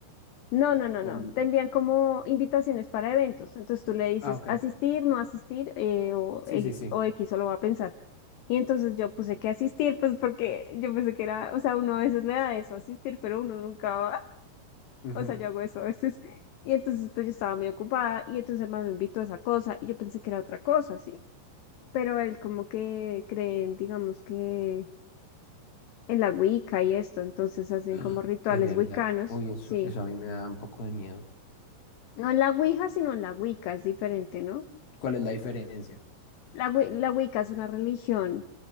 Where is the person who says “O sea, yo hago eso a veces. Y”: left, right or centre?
Left